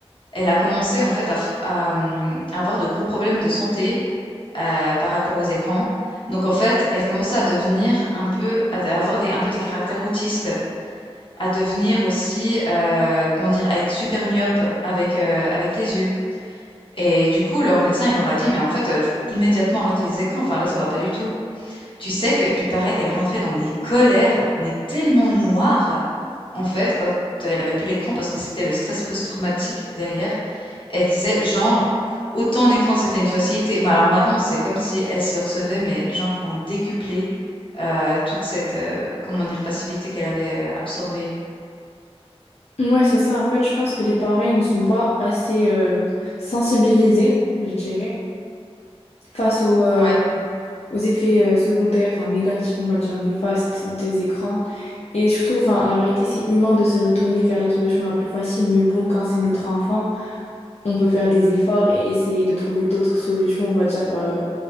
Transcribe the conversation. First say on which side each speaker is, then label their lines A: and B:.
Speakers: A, on the left; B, on the left.
A: elle a commencé en fait à f à, mmh, à avoir de gros problèmes de santé, heu, par rapport aux écrans. Donc en fait, elle commençait à devenir un peu à à avoir des un peu des caractères autistes, à devenir aussi, heu, comment dire? À être super myope avec, heu, avec les yeux. Et du coup, leur médecin, il leur a dit: «Mais en fait, heu, faut immédiatement arrêter les écrans, enfin là, ça va pas du tout». Tu sais qu'il paraît qu'elle rentrait dans des colères, mais tellement noires, en fait, quand elle avait plus l'écran parce que c'était le stress post-traumatique derrière. Elle disait genre, autant l'écran c'était une facilité, mais alors maintenant c'est comme si elle se recevait, mais genre en décuplé euh, toute cette, euh, comment dire, passivité qu'elle avait euh, absorbée.
B: Ouais, c'est ça. En fait, je pense que les parents, ils ne sont pas assez euh, sensibilisés, je dirais. face aux, euh,
A: Ouais.
B: aux effets euh, secondaires, enfin négatifs, on va dire néfastes des écrans. Et surtout, enfin, la vérité, c'est humain de se retourner vers la solution la plus facile, mais bon, quand c'est notre enfant, on peut faire des efforts et essayer de trouver d'autres solutions, on va dire, euh,